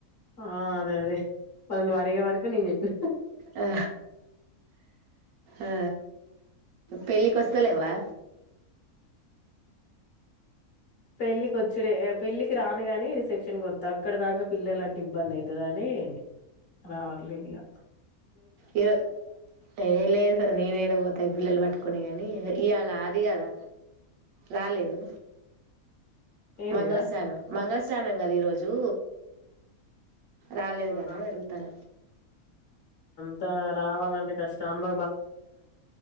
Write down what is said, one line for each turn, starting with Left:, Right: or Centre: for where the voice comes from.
Left: ఆ అదే అదే మల్లనువ్ అడిగే వరకే నేను చెప్పిన
Right: ఆ, ఆ పెళ్ళికొస్తలేవా
Left: పెళ్ళికోచ్చుడే పెళ్ళికి రాను గని రిసెప్షనిక్కొత్త అక్కడ దాకా పిల్ల లాంటి ఇబ్బంది అయితదని ఏ రావట్లేనిగా
Right: ఇరో ఏ లేదు నినేదపోత్ క పిల్లలు పట్టుకునీ గనీ ఇవాళ అది కదా రాలేదు
Left: ఏంటిదిరా
Right: మంగళస్నానం మంగళస్నానం కదా ఈరోజు రాలేదు
Left: అవునా
Right: కదా అని అడుగుతాన
Left: ఆ రావాలంటే కష్టం అమ్మ